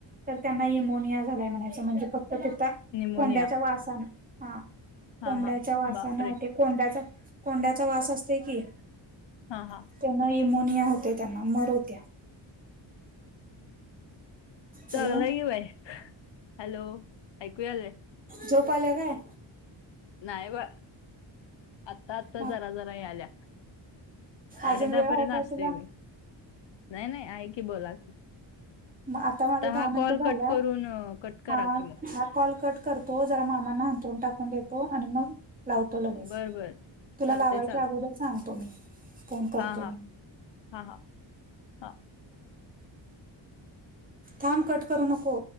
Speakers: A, on the right; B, on the left.
A: तर त्यांना यमोनिया झालाय म्हणायचं म्हणजे फक्त त्याथ
B: निमोनिया
A: कोंड्याचा वासान हा कोंबड्याच्या
B: हा हा
A: वासान
B: बापरे
A: कोंड्याचा, कोंड्याचा वास असते की
B: हा हा
A: त्यांना यमोनिया होत त्यांना मर होत्या.
B: चांगलं
A: हॅलो
B: आहे की बाई! हॅलो ऐकू यालय?
A: झोप आल्या काय?
B: नाही ब आत्ता आता
A: मग
B: जरा जरा येईल्या. साडे
A: अजून वेळ
B: दहा
A: आहे
B: पर्यंत
A: काय
B: असतोय
A: तुला
B: मी नाही, नाही आहे की बोला.
A: आता माझ दहा
B: हा
A: मिनटं
B: कॉल
A: झाल्या
B: कट करून कट करा
A: ह
B: की मग
A: हा कॉल कट करतो जरा मामांना हंतरून टाकून देतो आणि मग लावतो लगेच
B: बर बर
A: तुला
B: चालतय
A: लावायच्या
B: चालतय
A: अगोदर सांगतो मी फोन करतोय
B: हा हा
A: मग
B: हा हा हा
A: थांब कट करू नको.